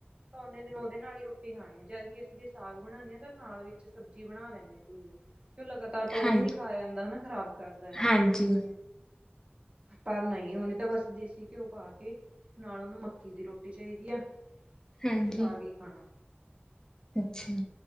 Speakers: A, on the right (about 30°); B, on the left (about 15°).
A: ਔਨੇ ਦਿਨ ਉਹਦੇ ਨਾਲ ਹੀ ਰੋਟੀ ਖਾਣੀ ਆ ਜਦ ਕਿ ਅਸੀਂ ਜੇ ਸਾਗ ਬਣਾਦੇ ਹਾਂ ਤਾਂ ਨਾਲ ਵਿੱਚ ਸਬਜ਼ੀ ਬਣਾ ਲੈਂਦੇ ਹਾਂ ਕੋਈ ਲਗਾਤਾਰ ਤਾਂ ਉਹ
B: ਹਾਂਜੀ
A: ਵੀ ਨੀ ਖਾਇਆ ਜਾਂਦਾ ਹੈਨਾ, ਖ਼ਰਾਬ ਕਰਦਾ ਆ।
B: ਹਾਂਜੀ
A: ਪਰ ਨਹੀਂ, ਔਨੇ ਤਾਂ ਬਸ ਦੇਸੀ ਘਿਓ ਪਾ ਕੇ ਨਾਲ ਔਨੂੰ ਮੱਕੀ ਦੀ ਰੋਟੀ ਚਾਹੀਦੀ ਆ।
B: ਹਾਂਜੀ
A: ਤੇ ਸਾਗ ਈ ਖਾਣਾ
B: ਅੱਛਾ।